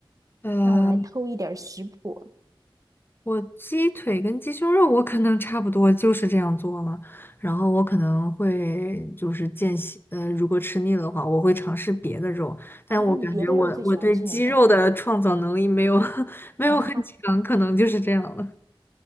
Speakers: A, on the left; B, on the right.
A: 呃
B: 让我来偷一点儿食谱
A: 我鸡腿跟鸡胸肉，我可能差不多就是这样做了。然后我可能会就是间歇，呃，如果吃腻了的话，我会尝试别的肉。但我感觉我我对鸡肉的创造能力没有
B: 啊！那你别的肉最喜欢吃哪种？
A: <laughs> 没有很强，
B: 啊哈哈，
A: 可能就是这样了。